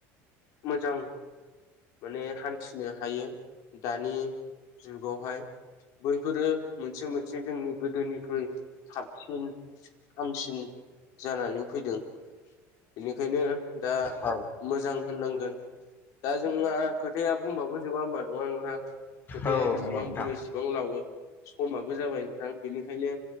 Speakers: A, on the left (about 60°); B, on the left (about 30°).
A: मोजां माने हान्थिनो हायो दानि जुगावहाय। बैफोरो मोनसे मोनसे जोंनि गोदोनिख्रुइ साबसिन हामसिन जानानै फैदों बेनिखायनो दा
B: औ
A: मोजां होननांगो गोन दा जोंहा खोथाया बुंबाबो जोबा होमबा नङा नोंथां? खोथाया
B: औ
A: जेसेबां
B: नंगौ नोंथां
A: बुंङो एसेबां लावो। समाबो जाबाय नोंथां बेनिखायनो